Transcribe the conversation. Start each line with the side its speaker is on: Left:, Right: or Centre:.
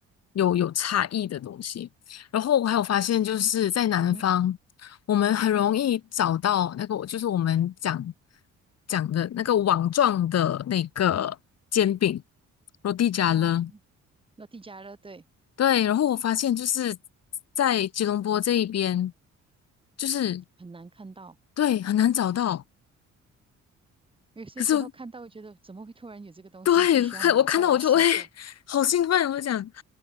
Left: 有有差异的东西。然后我还有发现，就是在南方，
Right: 嗯哼，
Left: 我们很容易找到那个，就是我们讲讲的那个网状的那个煎饼罗 a l
Right: 啊，
Left: 了。
Right: 那地加热，对，
Left: 对，然后我发现就是在吉隆坡这一边，就是
Right: 很难看到。
Left: 对很难找到。
Right: 有些时候看到会觉得怎么会突然有这个东西，
Left: 可是我对看我看到我就哎，
Right: 必须要买一块来吃一块，
Left: 好兴奋，我就讲